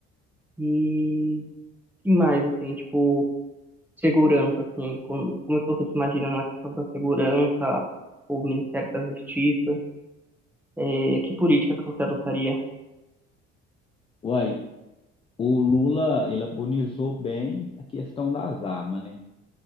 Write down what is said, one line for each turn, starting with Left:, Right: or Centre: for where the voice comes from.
Centre: e que mais, assim, tipo, segurança, assim, como, como é que você se imagina na questão da segurança, o Ministério da Justiça, é que política que você adotaria?
Left: uai, o Lula, ele abonizou bem a questão das armas, né?